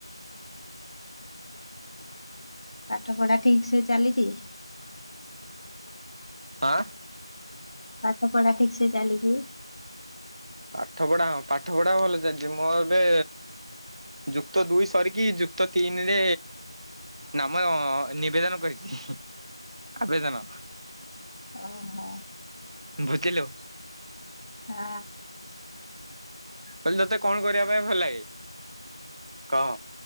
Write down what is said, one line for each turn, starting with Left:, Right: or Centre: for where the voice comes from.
Left: ପାଠପଢ଼ା ଠିକ୍ ସେ ଚାଲିଚି?
Right: ଆଁ।
Left: ପାଠପଢା ଠିକ୍ ସେ ଚାଲିଛି?
Right: ପାଠପଢା ହଁ ପାଠପଢା ଭଲ ଚାଲିଛି ମୁଁ ଏବେ ଯୁକ୍ତଦୁଇ ସରିକି ଯୁକ୍ତତିନିରେ ନାମ ନିବେଦନ କରିଛି ଆବେଦନ
Left: ଅହ।
Right: ବୁଝିଲୁ?
Left: ଆ।
Right: କହିଲ ତତେ କଣ କରିବା ପାଇଁ ଭଲ ଲାଗେ କହ?